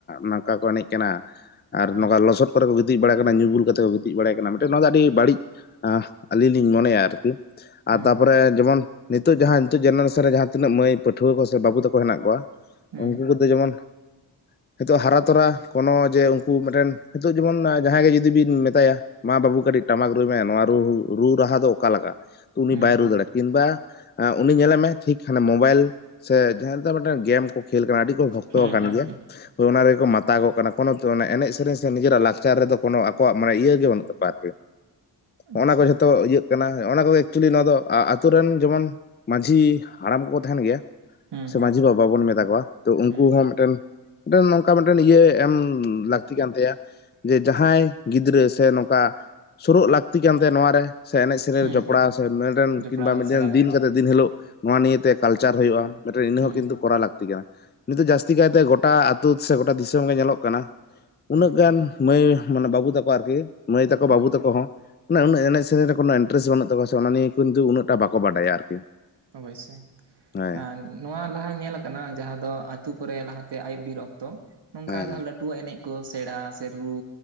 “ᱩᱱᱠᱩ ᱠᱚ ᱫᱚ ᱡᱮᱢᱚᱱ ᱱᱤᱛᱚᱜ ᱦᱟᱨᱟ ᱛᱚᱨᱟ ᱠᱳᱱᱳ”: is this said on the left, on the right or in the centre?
Left